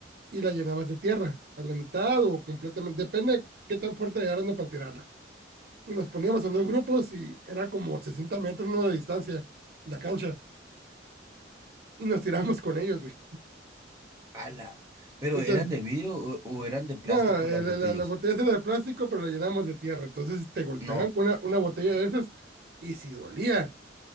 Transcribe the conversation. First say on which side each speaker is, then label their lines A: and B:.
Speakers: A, on the right (about 50°); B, on the right (about 15°).
A: y la llenabas de tierra, a la mitad o completamente, depende de qué tan fuerte eran para tirarla. Y nos poníamos en dos grupos y era como sesenta metros ¿no? de distancia la cancha y nos tiramos con ellos, güey.
B: Ala. ¿Pero
A: Entonces,
B: eran de vidrio o, o eran de plástico
A: no, la,
B: las botellas?
A: la, la botella era de plástico, pero la llenamos de tierra. Entonces te golpeaban
B: No,
A: con una, una botella de esas y si dolía,